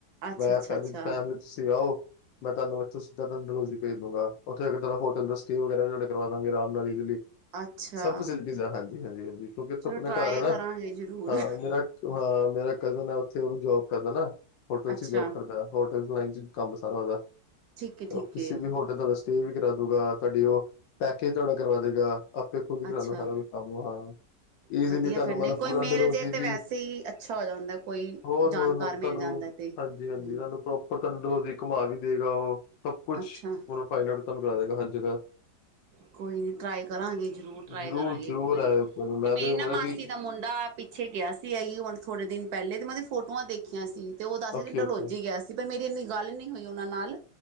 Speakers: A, on the right; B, on the left.
A: ਅੱਛਾ
B: ਮੈ
A: ਅੱਛਾ
B: ਫੈਮਲਈ
A: ਅੱਛਾ
B: ਤੁਸੀਂ ਆਓ। ਮੈਂ ਤੁਹਾਨੂੰ ਇੱਥ ਸਿੱਧਾ ਡਲਹੌਜੀ ਭੇਜ ਦੂੰਗਾ ਉਥੇ ਇੱਕ ਤਰ੍ਹਾਂ ਹੋਟਲ ਦਾ ਸਟੇ ਵਗੈਰਾ ਵੀ ਤੁਹਾਡੇ ਕਰਵਾ ਦਾਂਗੇ ਆਰਾਮ ਨਾਲ ਈਸਲੀ।
A: ਅੱਛਾ
B: ਸਭ ਫੈਸਿਲਿਟੀਜ਼ ਆ ਹਾਂਜੀ- ਹਾਂਜੀ- ਹਾਂਜੀ ਕਿਉਂਕਿ ਇੱਥੇ
A: ਚਲੋ
B: ਆਪਣਾ
A: ਟਰਾਈ
B: ਘਰ ਹੈ ਨਾ
A: ਕਰਾਂਗੇ ਜ਼ਰੂਰ
B: ਹਾਂ ਮੇਰਾ ਹਾਂ, ਮੇਰਾ ਕਜ਼ਨ ਹੈ ਉੱਥੇ ਉਹ ਵੀ ਜੋਬ ਕਰਦਾ ਨਾ ਹੋਟਲ
A: ਅੱਛਾ
B: ਚ ਜੋਬ ਕਰਦਾ। ਹੋਟਲ ਲਾਈਨ ਚ ਕੰਮ ਸਾਰਾ ਉਹਦਾ ਤੇ
A: ਠੀਕ ਹੈ ਠੀਕ
B: ਉਹ ਕਿਸੇ
A: ਹੈ
B: ਵੀ ਹੋਟ ਤੁਹਾਡਾ ਸਟੇ ਵੀ ਕਰਾ ਦੂਗਾ ਤੁਹਾਡੀ ਉਹ ਪੈਕੇਜ ਤੁਹਾਡਾ ਕਰਵਾ ਦੇਗਾ ਆਪੇ ਖੁਦ ਹੀ ਕਰਾਉਂਦੇ
A: ਅੱਛਾ
B: ਸਾਰਾ ਕੁਛ ਆਜੋ ਹਾ ਇਜ਼ੀਲੀ
A: ਵਧੀਆ
B: ਤੁਹਾਨੂੰ
A: ਫਿਰ ਨਹੀਂ
B: ਮਤਲਬ
A: ਕੋਈ
B: ਪੂਰਾ
A: ਮਿਲ
B: ਡਲਹੋਜੀ
A: ਜੇ ਤੇ
B: ਵੀ
A: ਵੈਸੇ ਹੀ ਅੱਛਾ ਹੋ ਜਾਂਦਾ ਕੋਈ
B: ਹੋਰ-
A: ਜਾਣਕਾਰ
B: ਹੋਰ- ਹੋਰ
A: ਮਿਲ
B: ਤੁਹਾਨੂੰ
A: ਜਾਂਦਾ ਤੇ
B: ਹਾਂਜੀ- ਹਾਂਜੀ
A: ਹਮ
B: ਤੁਹਾਨੂੰ ਪ੍ਰੋਪਰ ਤੁਹਾਨੂੰ ਡਲਹੌਜੀ ਘੁੰਮਾ ਵੀ ਦੇਗਾ ਉਹ ਸਭ ਕੁਛ
A: ਅੱਛਾ
B: ਮਤਲਬ ਫਾਈਨ ਆਰਟ ਤੁਹਾਨੂੰ ਕਰ ਦੇਵੇਗਾ ਹਰ ਜ੍ਹਾ
A: ਕੋਈ ਨੀ ਟਰਾਈ ਕਰਾਂਗੇ ਜਰੂਰ ਟਰਾਈ
B: ਜ਼ਰੂਰ
A: ਕਰਾਂਗੇ
B: ਜ਼ਰੂਰ
A: ਇੱਕ ਵਾਰੀ
B: ਆਇਓ ਇੱਕ ਮੈਂ
A: ਮੇਰੀ
B: ਤੇ
A: ਨਾ
B: ਮਤਲਬ
A: ਮਾਸੀ
B: ਕਿ
A: ਦਾ ਮੁੰਡਾ ਪਿੱਛੇ ਗਿਆ ਸੀ ਇਹੀਓ ਹੁਣ ਥੋੜੇ ਦਿਨ ਪਹਿਲੇ ਮੈਂ ਓਦੇ ਫੋਟੋਆਂ ਦੇਖ ਖਿਆ ਸੀ ਤੇ ਉਹ ਦੱਸ
B: ਓਕੇ
A: ਡਲੋਜੀ
B: ਓਕੇ
A: ਗਿਆ ਸੀ ਪਰ ਮੇਰੀ ਇੰਨੀ ਗੱਲ ਨ ਨਹੀਂ ਹੋਈ ਉਹਨਾਂ ਨਾਲ